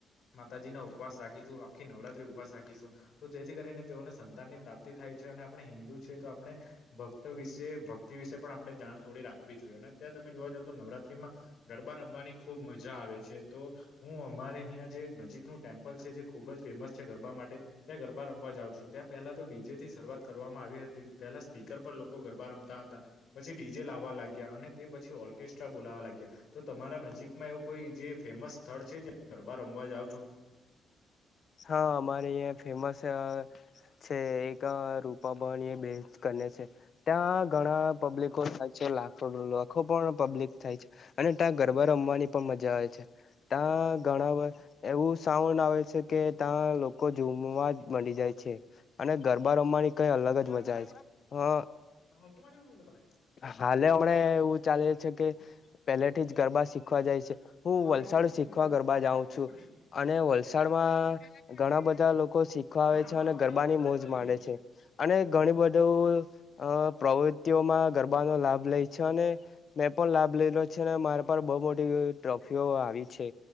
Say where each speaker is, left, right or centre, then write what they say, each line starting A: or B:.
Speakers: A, on the left (about 65°); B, on the left (about 50°).
A: માતાજી ના ઉપવાસ રાખીશું આખી નવરાત્રી ઉપસ રાખીશું. તો જેથી કરીને તેઓને સંતાનની પ્રાપ્તિ થાય છે અને આપણે હિન્દુ છે તો આપણે. ભક્ત વિશે ભક્તિ વિશે પણ આપણે જાણ થોડી રાખવી જોઈએ અને અત્યારે તમે જોવા જાવઓ તો નવરાત્રીમાં. ગરબા રમવાની ખુબ મજા આવે છે તો. હું અમારે અહં જે નજીકનુંું ટેમ્પલ છે જે ખુબ જ ફેમસ છે ગરબા માટે. ત્યાં ગરબા રમવા જાઉં છું ત્યાં પહેલા તો ડીજે થી શરૂઆત કરવામાં આવી હતી. પેલા સ્પીકર પર લોકો ગરબા રમતા હતા. પછી ડીજે લાવવા લાગ્યા અને તે પછી ઓર્કેસ્ટ્રા બોલાવા લાગ્યા. તો તમારા નજીકમાં એવું કોઈ જે ફેમસ સ્થળ છે જે ગરબા રમવા જાઓ છો.
B: હા અમારે ફેમસ. છે એક રૂપા ભણી એ બે કરને છે. ત્યાં ઘણા પબ્લિકો થાય છે લાખો લાખો પણ પબ્લિક થાય છે. અને ત્યાં ગરબા રમવાની પણ મજા આવે છે. ત્યાં ઘણા એવું સાઉન્ડ આવે છે કે ત્યાં લોકો ૂમમાં. મંડી જાય છે અને ગરબા રમવાની. કઈ અલગ
A: બગુટારે
B: જ મજા
A: પૂરા
B: આવે
A: કે
B: છે
A: હકીુ માડી ભૂલ ગલા કે.
B: હાલે હમણા એવું ચાલે છે કે. પેલેથી જ ગરબા શીખવા જાય છે હું
A: મારે
B: વલસાડ
A: બી પેલી
B: શીખવા
A: નિરાલીમાં
B: ગરબા
A: તો અઠ્ઠાવીસ
B: જાઉં
A: માં
B: છું.
A: જ પડી ગઈ
B: અને વલસાડમાં ઘણા બધા લોકો શીખવા આવે
A: જાણ
B: છે
A: વાત
B: અને
A: તો
B: ગરબાની
A: ખાલી પંદર
B: મોજ
A: જ કલી
B: માંડે
A: મેં
B: છે. અને ઘણી બધું પ્રવૃતિઓમાં ગરબાનોો લાભ લે છે અને. મેં પણ લાભ લીધલો છે ને મારે પણ બઉુ મોટી ટ્રોફીઓ આવી છે.